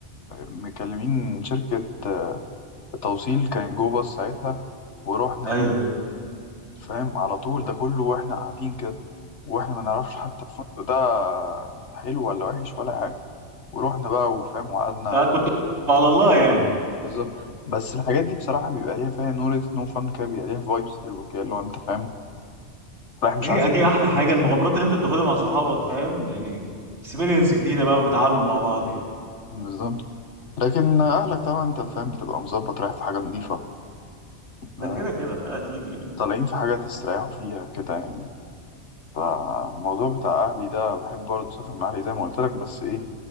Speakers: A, on the left (about 85°); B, on the right (about 75°).
A: مكلمين شركة آه، توصيل كانت جوه بس ساعتها ورحنا
B: ايوه
A: ايه
B: ايوه
A: فاهم على طول ده كله واحنا قاعدين كده واحنا ما نعرفش حتى الفندق ده حلو ولا وحش ولا حاجة ورحنا بقى وفاهم وقعدنا
B: آه، كنت على الله يعني
A: بالظبط بس الحاجات دي بصراحة بيبقى ليها فيها نور نو فن كده بيبقى ليها فايبس حلوة كده اللي هو انت فاهم رايح مش
B: وهي
A: عارف انت-
B: دي احلى حاجه المغامرات اللي انت بتاخدها مع صحابك فاهم يعني اكسبيرينس جديده بقى وبتعلوا مع بعض يعني
A: بالظبط لكن أهلك طبعا أنت فاهم بتبقى مظبط رايح في حاجة نظيفة
B: ده
A: آه،
B: كده كده اكيد يعني
A: طالعين في حاجة تستريحوا فيها كده يعني فالموضوع بتاع أهلي ده بحب برضه أسافر مع أهلي زي ما قلت لك بس إيه